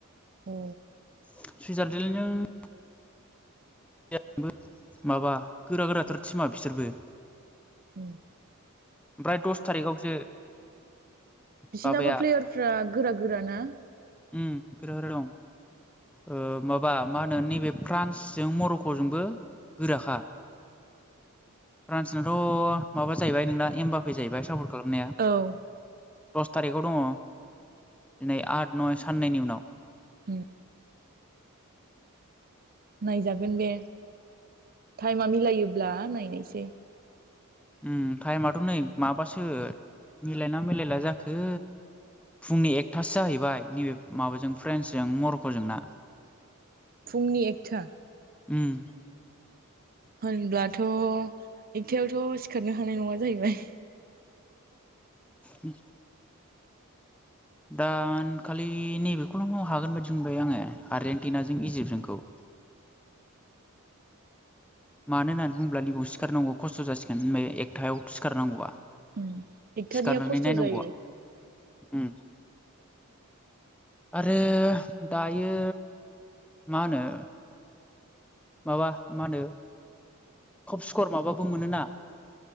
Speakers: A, on the right; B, in the centre.
A: औ
B: सुइजारलेण्डजों आंबो माबा गोरा गोराथार थिमा बिसोरबो।
A: औ
B: ओमफ्राय दस थारिखावसो
A: बिसिनाबो
B: माबाया
A: प्लेयारफ्रा गोरा गोराना?
B: उम गोरा गोरा दं। ओ माबा मा होनो नैबे फ्रान्सजों मर'क'जोंबो गोराखा। फ्रान्सनाथ' माबा जाहैबाय नोंना एम बापे जाहैबाय सापर्ट खालामनाया।
A: औ
B: दस थारिखाव दङ दिनै आद नय साननैनि उनाव।
A: उम नायजागोन बेे टाइमा मिलायोब्ला नायनोसै।
B: उम टाइमाथ' नै माबासो मिलायना मिलायला जाखो! फुंनि एकथासो जाहैबाय नैबे माबाजों फ्रेन्सजों मर'क'जोंना।
A: फुंनि एकथा
B: उम
A: होनब्लाथ' एकथायावथ' सिखारनो हानाय नङा जाहैबाय।
B: उ
A: <inaudible>
B: दान खालि नैबेखौल' हागोन बादि बमोनबाय आङो आर्जेनटिनाजों इजिप्टजोंखौ।
A: <inaudible>
B: मानो होननानै बुङोब्ला निबाव सिखारनांगौ खस्थ' जासिगोन होन एकथायाव सिखारनांगौआ।
A: उम एकथानिया
B: सिखारनानै
A: खस्थ'
B: नायनांगौआ।
A: जायो
B: उम आरो दायो मा होनो माबा मा होनो खब स्कर माबाबो मोनोना